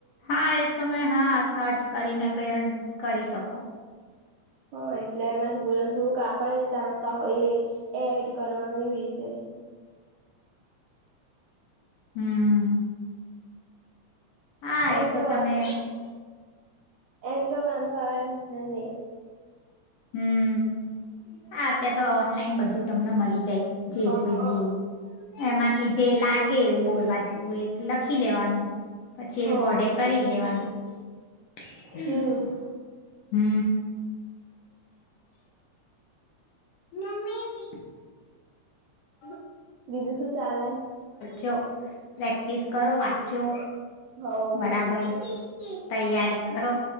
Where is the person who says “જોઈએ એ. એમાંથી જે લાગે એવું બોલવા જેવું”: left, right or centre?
Left